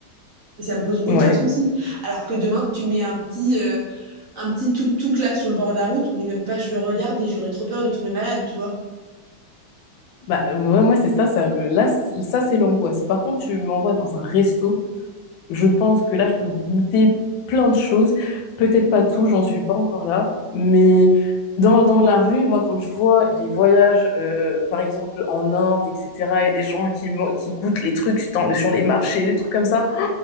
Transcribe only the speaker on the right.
Et ça me pose aucun
souci. Alors que demain, tu mets un petit, euh, un petit tuk-tuk là sur le bord de la route, mais même pas je le regarde et j'aurais trop peur de tomber malade, tu vois.